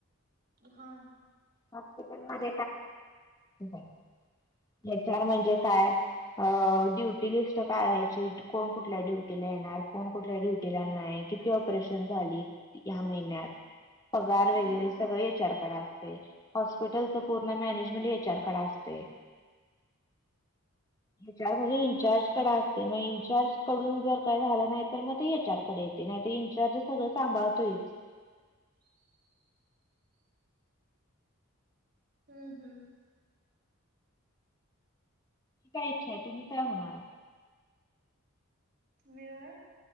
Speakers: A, on the right; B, on the left.
A: हा
B: हॉस्पिटल <unintelligible> एच आर म्हणजे काय? अ ड्युटी लिस्ट काढायची कोण कुठल्या ड्युटीला येणार. कोण कुठल्या ड्युटीला नाही. किती ऑपरेशन झाली या महिन्यात पगार
A: हा
B: वगैरे सगळ एच आर कडे असतय. हॉस्पिटलचं पूर्ण मॅनेजमेंट एच आर कडे असतय. म्हणजे
A: हो
B: इंचार्ज
A: हो
B: कडाल <unintelligible> ते मग इनचार्ज कडुन जर काही झाल नाही तर मग ते एचआरकडे येते नाही ते इनचार्ज सगळ सांभाळतोय
A: हं हम्म्म
B: काय इच्छा आहे तुम्ही काय होणार आहे
A: मी होय